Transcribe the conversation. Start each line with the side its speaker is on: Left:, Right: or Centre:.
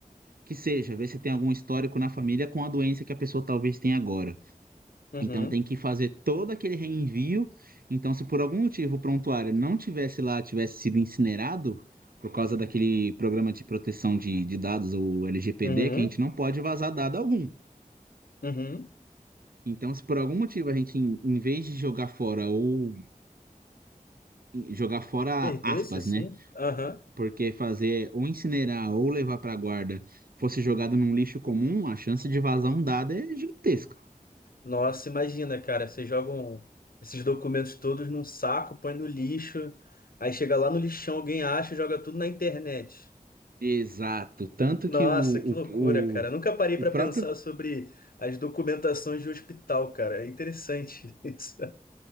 Right: que seja, ver se tem algum histórico na família com a doença que a pessoa talvez tenha agora.
Left: Uhum,
Right: Então tem que fazer todo aquele reenvio. Então, se por algum motivo o prontuário não tivesse lá, tivesse sido incinerado, por causa daquele programa de proteção de, de dados, o LGPD,
Left: uhum,
Right: que a gente não pode vazar dado algum.
Left: uhum.
Right: Então, se por algum motivo a gente, em, em vez de jogar fora ou jogar fora
Left: Perdesse,
Right: aspas,
Left: sim.
Right: né?
Left: Aham.
Right: Porque fazer ou incinerar ou levar para guarda fosse jogado num lixo comum, a chance de vazar um dado é gigantesca.
Left: Nossa, imagina, cara, vocês jogam esses documentos todos num saco, põe no lixo, aí chega lá no lixão, alguém acha e joga tudo na internet.
Right: Exato. Tanto
Left: Nossa,
Right: que o,
Left: que
Right: o,
Left: loucura,
Right: o,
Left: cara. Nunca parei
Right: o
Left: para
Right: próprio
Left: pensar sobre as documentações de hospital, cara. É interessante <laughs> isso.